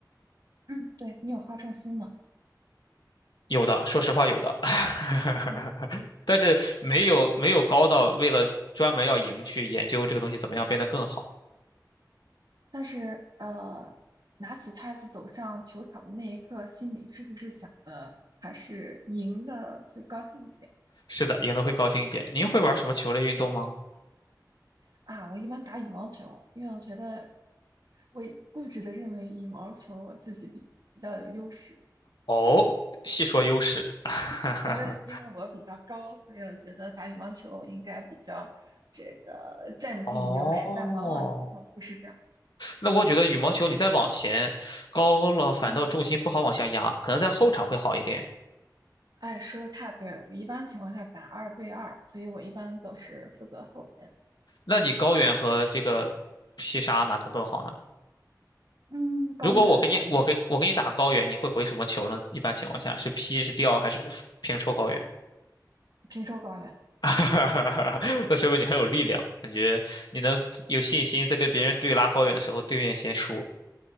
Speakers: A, on the right; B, on the left.
A: 嗯，对，你有好胜心吗？
B: 有的，说实话有的，<laughs>
A: 嗯。
B: 但是没有没有高到为了专门要赢去研究这个东西怎么样变得更好。
A: 但是呃，拿起拍子走上球场的那一刻，心里是不是想的还是赢的会高兴一点
B: 是的，赢得会高兴一点。您会玩什么球类运动吗？
A: 啊？我一般打羽毛球，因为我觉得我固执的认为羽毛球我自己比比较有优势。
B: 哦，细说优势。<laughs>
A: 呃，因为我比较高，所以我觉得打羽毛球我应该比较这个占尽优势，
B: 哦，
A: 但往往情况不是这样。
B: 那我觉得羽毛球你再往前高了，反倒重心不好往下压，
A: 嗯，
B: 可能在后场会好一点。
A: 哎，说的太对了，我一般情况下打二对二，所以我一般都是负责后边。
B: 那你高远和这个劈杀哪个更好呢？
A: 嗯，高远好一点吧，
B: 如果我给你，我给我给你打高远，你会回什么球呢？一般情况下是劈是吊还是平抽高远？
A: 平州高远，
B: <laughs> 那说明你很有力量，感觉你能有信心在跟别人对拉高远的时候，对面先输。